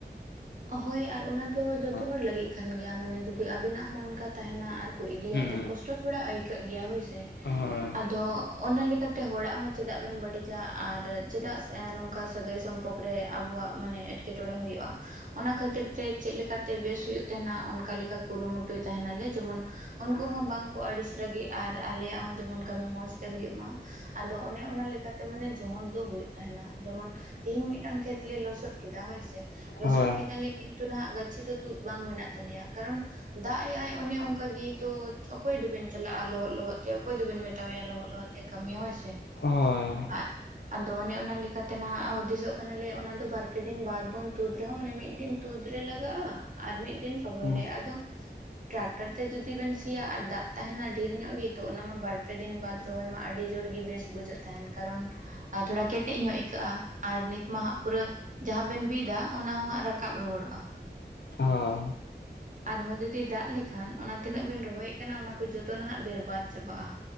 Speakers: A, on the right; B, on the left.
A: ᱦᱳᱭ ᱟᱨ ᱚᱱᱟ ᱫᱚ ᱡᱚᱛᱚ
B: ᱦᱮᱸ
A: ᱦᱚᱲ ᱞᱟᱹᱜᱤᱫ ᱠᱟᱱ ᱜᱮᱭᱟ ᱢᱟᱱᱮ ᱡᱩᱫᱤ ᱟᱵᱤᱱᱟᱜ ᱦᱚᱸ ᱚᱱᱠᱟ ᱛᱟᱸᱦᱮᱱᱟ ᱟᱨ ᱠᱚ ᱤᱫᱤᱭᱟ
B: ᱦᱩᱸ
A: ᱛᱚ ᱠᱚᱥᱴᱚ ᱛᱷᱚᱲᱟ ᱟᱹᱭᱠᱟᱹᱜ ᱜᱮᱭᱟ ᱦᱳᱭᱥᱮ
B: ᱦᱳᱭ
A: ᱟᱫᱚ ᱚᱱᱟ ᱞᱮᱠᱟᱛᱮ ᱦᱚᱲᱟᱜ ᱦᱚᱸ ᱪᱮᱫᱟᱜ ᱵᱮᱱ ᱵᱟᱹᱲᱤᱡᱟ ᱟᱨ ᱪᱮᱫᱟᱜ ᱥᱮ ᱱᱚᱝᱠᱟ ᱥᱟᱹᱜᱟᱹᱭ ᱥᱚᱢᱯᱚᱨᱠ- ᱨᱮ ᱟᱵᱚᱣᱟᱜ ᱢᱟᱱᱮ ᱮᱸᱴᱠᱮᱴᱚᱬᱮ ᱦᱩᱭᱩᱜᱼᱟ ᱚᱱᱟ ᱠᱷᱟᱹᱛᱤᱨ ᱛᱮ- ᱪᱮᱫ ᱞᱮᱠᱟᱛᱮ ᱵᱮᱥ ᱦᱩᱭᱩᱜ ᱛᱟᱸᱦᱮᱱᱟ ᱚᱱᱠᱟ ᱞᱮᱠᱟ ᱠᱩᱨᱩᱢᱩᱴᱩᱭ ᱛᱟᱸᱦᱮᱱᱟᱞᱮ ᱡᱮᱢᱚᱱ- ᱩᱱᱠᱩ ᱦᱚᱸ ᱵᱟᱝᱠᱚ ᱟᱹᱲᱤᱥ ᱨᱟᱹᱜᱤᱜ ᱟᱨ ᱟᱞᱮᱭᱟᱜ ᱦᱚᱸ ᱡᱮᱢᱚᱱ ᱠᱟᱹᱢᱤ ᱢᱚᱸᱡᱽ ᱛᱮ ᱦᱩᱭᱩᱜ ᱢᱟ ᱾ ᱟᱫᱚ ᱚᱱᱮ ᱚᱱᱟ ᱞᱮᱠᱟᱛᱮ ᱢᱟᱱᱮ ᱡᱚᱦᱚᱨ ᱫᱚ ᱦᱩᱭᱩᱜ ᱛᱟᱸᱦᱮᱱᱟ ᱡᱮᱢᱚᱱ ᱛᱮᱦᱤᱧ ᱢᱤᱫᱴᱟᱝ ᱠᱷᱮᱛ ᱞᱮ ᱞᱚᱥᱚᱫ ᱠᱮᱫᱟ ᱦᱳᱭ ᱥᱮ ᱞᱚᱥᱚᱫ
B: ᱦᱳᱭ
A: ᱠᱮᱫᱟᱞᱮ ᱠᱤᱱᱛᱩ ᱱᱟᱦᱟᱜ ᱜᱟᱹᱪᱷᱤ ᱫᱚ ᱛᱩᱫ ᱵᱟᱝ ᱢᱮᱱᱟᱜ ᱛᱟᱞᱮᱭᱟ ᱠᱟᱨᱚᱱ ᱫᱟᱜ ᱮᱜᱼᱟᱭ ᱚᱱᱮ ᱚᱱᱠᱟᱜᱮ ᱛᱚ ᱚᱠᱚᱭ ᱫᱚᱵᱮᱱ ᱪᱟᱞᱟᱜᱼᱟ ᱞᱚᱦᱚᱫ ᱞᱚᱦᱚᱫ ᱛᱮ ᱚᱠᱚᱭ ᱫᱚᱵᱮᱱ ᱢᱮᱛᱟᱣ ᱟᱭᱟ ᱞᱚᱦᱚᱫ ᱞᱚᱦᱚᱫ ᱛᱮ ᱾ ᱠᱟᱹᱢᱤ ᱦᱳᱭ ᱥᱮ ᱾
B: ᱦᱳᱭ᱾
A: ᱟᱜ ᱟᱫᱚ ᱚᱱᱮ ᱚᱱᱟ ᱞᱮᱠᱟᱛᱮ ᱱᱟᱦᱟᱜ ᱦᱩᱫᱤᱥᱚᱜ ᱠᱟᱱᱟᱞᱮ ᱚᱱᱟ ᱫᱚ ᱵᱟᱨ ᱡᱮᱫᱤᱱ ᱵᱟᱨ ᱵᱚᱱ ᱛᱩᱫ ᱨᱮᱦᱚᱸ ᱢᱟᱱᱮ ᱢᱤᱫ ᱫᱤᱱ ᱛᱩᱫ ᱨᱮ ᱞᱟᱜᱟᱜᱼᱟ ᱟᱨ ᱢᱤᱫ ᱫᱤᱱ ᱨᱚᱦᱚᱭ
B: ᱦᱩᱸ
A: ᱨᱮ ᱟᱫᱚ ᱴᱨᱟᱠᱴᱟᱨ ᱛᱮ ᱡᱩᱫᱤ ᱵᱮᱱ ᱥᱤᱭᱟ ᱟᱨ ᱫᱟᱜ ᱛᱟᱦᱮᱱᱟ ᱰᱷᱮᱨ ᱧᱚᱜ ᱜᱮ ᱛᱚ ᱚᱱᱟᱢᱟ ᱵᱟᱨ ᱯᱮ ᱫᱤᱱ ᱵᱟᱫ ᱨᱚᱦᱚᱭ ᱢᱟ ᱟᱹᱰᱤ ᱡᱳᱨᱜᱮ ᱵᱮᱥ ᱵᱩᱡᱷᱟᱹᱜ ᱛᱟᱦᱮᱱ ᱠᱟᱨᱚᱱ ᱟᱨ ᱛᱷᱚᱲᱟ ᱠᱮᱴᱮᱡ ᱧᱚᱜ ᱟᱹᱭᱠᱟᱹᱜᱼᱟ ᱟᱨ ᱱᱤᱛᱢᱟ ᱦᱟᱸᱜ ᱯᱩᱨᱟᱹ ᱡᱟᱦᱟᱸ ᱵᱮᱱ ᱵᱤᱫᱟ ᱚᱱᱟ ᱦᱚᱸ ᱦᱟᱸᱜ ᱨᱟᱠᱟᱵ ᱨᱩᱣᱟᱹᱲᱚᱜᱼᱟ ᱾
B: ᱚ
A: ᱟᱨᱦᱚᱸ ᱡᱩᱫᱤ ᱫᱟᱜ ᱞᱮᱠᱷᱟᱱ ᱚᱱᱟ ᱛᱤᱱᱟᱹᱜ ᱵᱮᱱ ᱨᱚᱦᱚᱭᱮᱫ ᱠᱟᱱᱟ ᱚᱱᱟ ᱠᱚ ᱡᱚᱛᱚ ᱱᱟᱦᱟᱜ ᱵᱮᱨᱵᱟᱫᱽ ᱪᱟᱵᱟᱜᱼᱟ